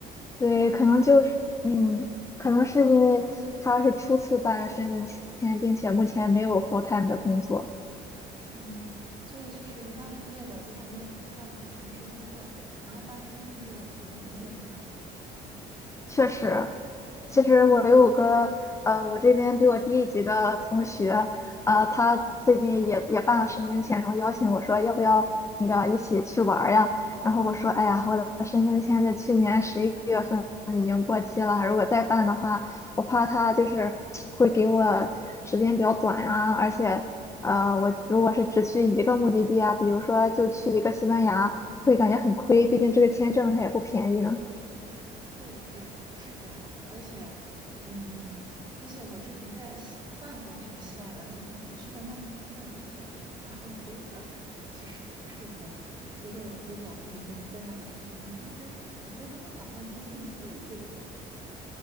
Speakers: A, on the left; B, on the right.
A: 对，
B: 真的很离谱。
A: 可能就是嗯，可能是因为她是初次办申根签，并且目前没有 full time 的工作，
B: 嗯，所以就是一旦毕业了，如果没有 full time 全职工作，然后办签证就有一点点麻烦。
A: 确实其实我有个呃，
B: 嗯
A: 我这边比我低一级的同学，呃，他最近也也办了申根签，然后邀请我说要不要那个一起去玩儿呀？然后我说，哎呀，我的申根签在去年十一月份已经过期了，如果再办的话，我怕他就是会给我时间比较短呀，而且呃，我如果是只去一个目的地啊，
B: 嗯
A: 比如说就去一个西班牙，会感觉很亏，毕竟这个签证它也不便宜呢。
B: 对对，是这样的，而且，嗯，而且我之前在西办过那个西班牙的签证，我去的曼彻斯特地铁，然后给我的感觉其实不是很好。如果有机会，我可以跟你分享那个经历，就是我觉得他们好像不是很正规，